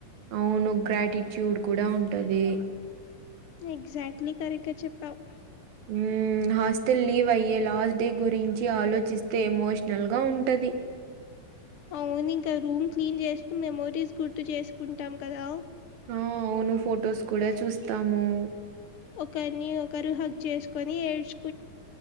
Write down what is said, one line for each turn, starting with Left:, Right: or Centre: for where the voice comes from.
Right: అవును గ్రాటిట్యూడ్ కూడా ఉంటదీ
Left: ఎగ్జాక్ట్లీ కరెక్ట్గా చెప్పావు.
Right: మ్మ్ హాస్టల్ లీవ్ అయ్యే లాస్ట్ డే గురించి ఆలోచిస్తే ఎమోషనల్గా ఉం ఉంటది.
Left: అవునింక రూమ్ క్లీన్ చేస్తూ, మెమోరీస్ గుర్తు చేస్కుంటాం కదా.
Right: ఆ అవును ఫొటోస్ కూడా చూస్తాము.
Left: ఒకర్ని ఒకరు హగ్ చేస్కొని ఏడ్చ్